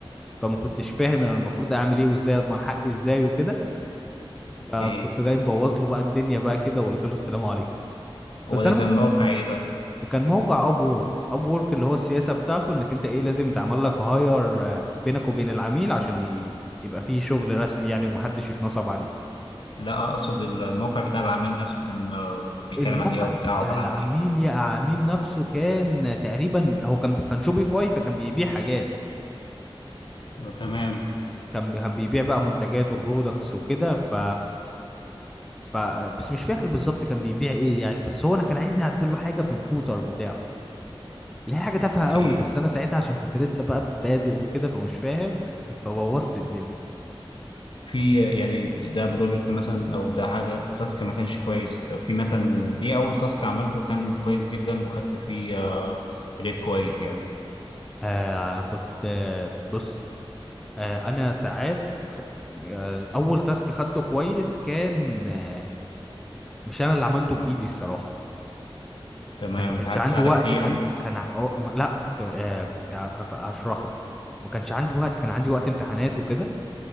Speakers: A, in the centre; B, on the left (about 60°).
A: فما كنتش فاهم انا المفروض اعمل ايه وازاي اضمن حقي ازاي وكده
B: اوكي
A: فكنت جاي مبوظ له بقى الدنيا بقى كده وقلت له السلام عليكم
B: هو
A: بس
B: ده
A: انا
B: كان
A: مك-
B: موقع ايه ده؟
A: كان موقع اب وورك اب وورك اللي هو السياسه بتاعته انك انت ايه لازم يتعمل لك هاير بينك وبين العميل عشان ي- يبقى فيه شغل رسمي يعني ومحدش يتنصب عليه
B: لا اقصد الموقع بتاع العميل نفسه كان آه، بيتكلم
A: الموقع
B: عن ايه او بتاع
A: بتاع
B: عبارة
A: العميل
B: عن ايه؟
A: يا عميل نفسه كان تقريبا هو كان بي- كان شوبيفاي فكان بيبيع حاجات
B: آه، تمام
A: كان بي- كان بيبيع بقى منتجات وبرودكتس وكده ف ف بس مش فاكر بالظبط كان بيبيع ايه يعني بس هو انا كان عايزني اعدل له حاجه في الفوتر بتاعه اللي هي حاجه تافهه
B: اوكي
A: قوي بس انا ساعتها عشان كنت لسه بقى بادئ وكده فمش فاهم فبوظت الدنيا
B: في يعني ده بروجكت مثلا او ده حاجه تاسك ما كانش كويس في مثلا ايه اول تاسك عملته كان كويس جدا وخدت فيه آه، ريت كويس يعني
A: آه كنت آه بص آه انا ساعات في آه اول تاسك خدته كويس كان آه مش انا اللي عملته بايدي الصراحه
B: تمام
A: يعني ما كانش
B: فحد
A: عندي
B: ساعدك
A: وقت
B: فيه
A: كان
B: يعني
A: كان أو- م- لا كان- آه هف- هشرح لك ما كانش عندي وقت كان عندي وقت امتحانات وكده